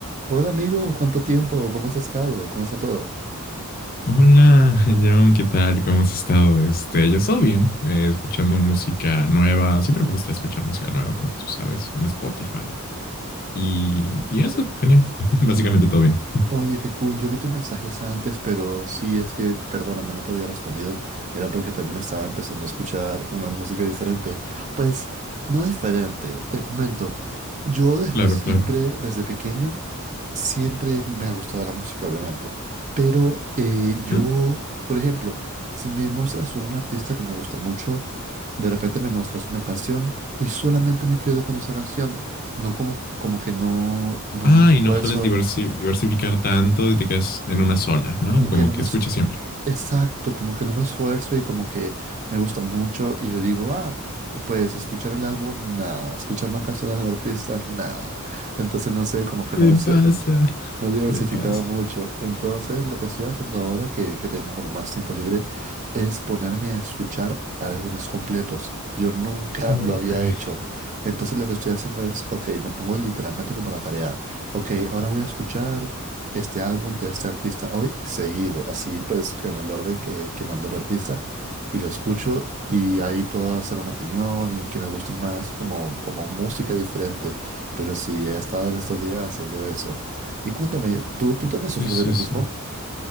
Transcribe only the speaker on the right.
Hola amigo, ¿cuánto tiempo? ¿Cómo has estado? ¿Cómo está todo?
Oye, qué cool. Yo vi tus mensajes antes, pero sí, es que, perdóname, no te había respondido. Era porque también estaba empezando a escuchar una música diferente. Pues, no diferente, te comento. Yo desde
siempre,
desde pequeño, siempre me ha gustado la música, obviamente. Pero eh, yo,
por ejemplo, si me muestras un artista que me gusta mucho, de repente me muestras una canción y solamente me quedo con esa canción. No como, como que no, no
me esfuerzo
co-
como que
no me,
es-
exacto, como que no me esfuerzo y como que me gusta mucho y yo digo, ah, pues escuchar el álbum, nada, escuchar más canciones del artista, nada. Entonces no sé, como que
no es,
no diversificaba
mucho. Entonces, lo que estoy haciendo ahora que, que tengo como más tiempo libre es ponerme a escuchar álbumes completos. Yo nunca
lo había hecho. Entonces, lo que estoy haciendo es, ok, me pongo literalmente como la tarea. Ok, ahora voy a escuchar este álbum de este artista hoy seguido, así pues en el orden que, que mandó el artista y lo escucho. Y ahí puedo hacer una opinión y que me gusten más como, como música diferente. Pero sí, he estado en estos días haciendo eso. Y cuéntame, ¿tú, tú también
sufres
de lo mismo?